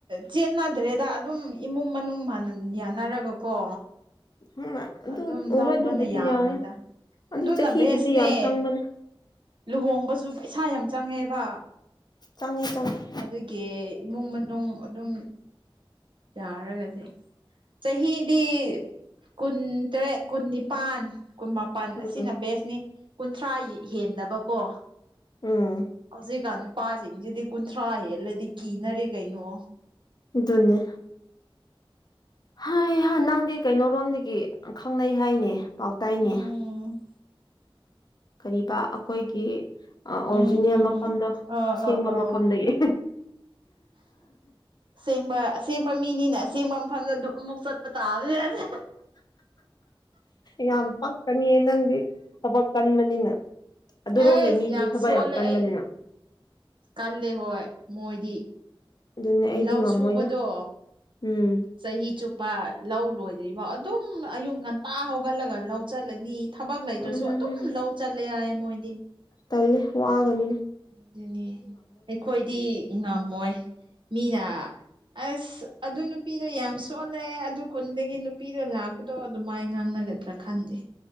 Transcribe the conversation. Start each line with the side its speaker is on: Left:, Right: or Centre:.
Right: ꯆꯦꯟꯅꯗ꯭ꯔꯦꯗ ꯑꯗꯨꯝ ꯏꯃꯨꯡ ꯃꯅꯨꯡ ꯌꯥꯅꯔꯒꯀꯣ
Left: ꯎꯝ ꯑꯗꯨ
Right: ꯑꯗꯨꯝ
Left: ꯍꯣꯏ
Right: ꯂꯧꯕꯅ
Left: ꯑꯗꯨꯕꯨꯗꯤ
Right: ꯌꯥꯝꯃꯦꯗ
Left: ꯌꯥꯔꯦ ꯑꯗꯨ
Right: ꯑꯗꯨꯅ
Left: ꯆꯍꯤꯕꯨꯗꯤ
Right: ꯕꯦꯁꯅꯦ
Left: ꯌꯥꯝ ꯆꯪꯕꯅꯦ
Right: ꯂꯨꯍꯣꯡꯕꯁꯨ ꯄꯩꯁꯥ ꯌꯥꯝ ꯆꯪꯉꯦꯕ
Left: ꯆꯪꯉꯦ ꯆꯪꯉꯦ
Right: ꯑꯗꯨꯒꯤ ꯏꯃꯨꯡ ꯃꯅꯨꯡ ꯑꯗꯨꯝ ꯌꯥꯔꯒꯗꯤ ꯆꯍꯤꯗꯤ ꯀꯨꯟ ꯇꯔꯦꯠ ꯀꯨꯟ ꯅꯤꯄꯥꯟ ꯀꯨꯟꯄ ꯄꯥꯟ ꯑꯁꯤꯅ
Left: ꯎꯝ
Right: ꯕꯦꯁꯅꯤ ꯀꯨꯟꯊ꯭ꯔꯥ ꯍꯦꯟꯗꯕꯀꯣ
Left: ꯎꯝ
Right: ꯍꯧꯖꯤꯛꯀꯥꯟ ꯅꯨꯄꯥꯁꯤꯡꯁꯤꯗꯤ ꯀꯨꯟꯊ꯭ꯔꯥ ꯍꯦꯜꯂꯗꯤ ꯀꯤꯅꯔꯦ ꯀꯩꯅꯣ
Left: ꯑꯗꯨꯅꯦ ꯍꯥꯏ ꯅꯪꯗꯤ ꯀꯩꯅꯣꯔꯣꯝꯗꯒꯤ ꯈꯪꯅꯩ ꯍꯥꯏꯅꯦ ꯄꯥꯎꯇꯥꯏꯅꯦ
Right: ꯎꯝ
Left: ꯀꯔꯤꯕꯥ ꯑꯩꯈꯣꯏꯒꯤ ꯑ ꯑꯣꯔꯤꯖꯤꯅꯦꯜ
Right: ꯎꯝ ꯎꯝ
Left: ꯃꯐꯝꯗꯣ
Right: ꯎꯝ ꯑ
Left: ꯑꯁꯦꯡꯕ
Right: ꯑ ꯑ
Left: ꯃꯐꯝꯗꯒꯤ
Right: ꯑꯁꯦꯡꯕ ꯑꯁꯦꯡꯕ ꯃꯤꯅꯤꯅꯦ ꯑꯁꯦꯡꯕ ꯃꯐꯝꯗ ꯑꯃꯨꯛ ꯆꯠꯄ ꯇꯕꯅꯤꯅꯦ
Left: ꯌꯥꯝ ꯄꯛꯀꯅꯤ ꯅꯪꯗꯤ ꯊꯕꯛ ꯀꯟꯕꯅꯤꯅ ꯑꯗꯨꯔꯣꯝꯒꯤ
Right: ꯑꯦꯁ
Left: ꯃꯤꯁꯨ ꯊꯕꯛ
Right: ꯁꯣꯜꯂꯦ
Left: ꯌꯥꯝ ꯀꯟꯕꯅꯤꯅ
Right: ꯑꯩ ꯀꯜꯂꯦ ꯍꯣꯏ ꯃꯣꯏꯗꯤ
Left: ꯑꯗꯨꯅꯦ ꯑꯩꯗꯤ
Right: ꯂꯧ
Left: ꯉꯝꯃꯣꯏꯗ
Right: ꯁꯨꯕꯗꯣ
Left: ꯎꯝ
Right: ꯆꯍꯤ ꯆꯨꯞꯄ ꯂꯧ ꯂꯣꯏꯗ꯭ꯔꯤꯐꯥꯎ ꯑꯗꯨꯝ ꯑꯌꯨꯛ ꯉꯟꯇꯥ ꯍꯧꯒꯠꯂꯒ ꯂꯧ ꯆꯠꯂꯅꯤ ꯊꯕꯛ ꯂꯩꯇ꯭ꯔꯁꯨ
Left: ꯎꯝ
Right: ꯑꯗꯨꯝ ꯂꯧ ꯆꯠꯂꯦ ꯍꯥꯏꯌꯦ ꯃꯣꯏꯗꯤ
Left: ꯇꯜꯂꯦ ꯋꯥꯒꯅꯤ
Right: ꯑꯗꯨꯅꯤ ꯑꯩꯈꯣꯏꯗꯤ ꯉꯝꯃꯣꯏ ꯃꯤꯅ ꯑꯁ ꯑꯗꯨ ꯅꯨꯄꯤꯗꯣ ꯌꯥꯝ ꯁꯣꯜꯂꯦ ꯑꯗꯨ ꯈꯨꯟꯗꯒꯤ ꯅꯨꯄꯤꯗꯣ ꯂꯥ ꯑꯗꯣ ꯑꯗꯨꯝ ꯃꯥꯏ ꯉꯥꯡꯅꯒꯗ꯭ꯔꯥ ꯈꯪꯗꯦ